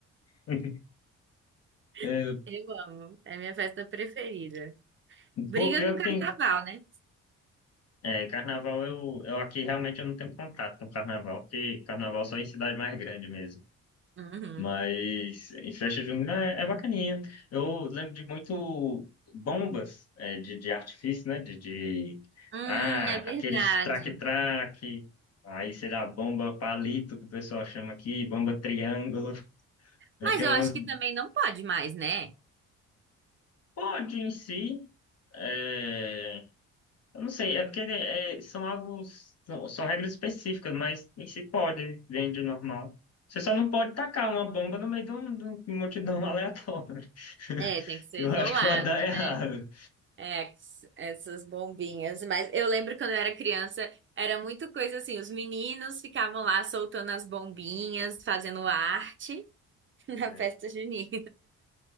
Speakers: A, on the left; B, on the right.
A: <laughs> é,
B: <laughs> Eu amo. É minha festa preferida. Briga
A: pô, pior
B: com carnaval,
A: que tem.
B: né?
A: É, carnaval eu, eu aqui realmente eu não tenho contato com carnaval, porque carnaval só em cidade mais grande mesmo.
B: Uhum.
A: Mas em festa junina é, é bacaninha. Eu lembro de muito bombas é, de, de artifício, né? De, de
B: Hum,
A: ah,
B: é verdade.
A: aqueles traque-traque, aí sei lá, bomba palito que o pessoal chama aqui, bomba triângulo. Aí
B: Mas
A: tem
B: eu
A: umas
B: acho que também não pode mais, né?
A: pode em si. é, Eu não sei, é porque né, é, são algo, são, são regras específicas, mas nem se pode, vende normal. Você só não pode tacar uma bomba no meio de, um, de uma multidão aleatória, <laughs>
B: É, tem que ser
A: que eu
B: isolada,
A: acho que vai dar errado.
B: né? É, essas bombinhas. Mas eu lembro quando eu era criança, era muito coisa assim, os meninos ficavam lá soltando as bombinhas, fazendo arte <laughs> na
A: É,
B: festa junina.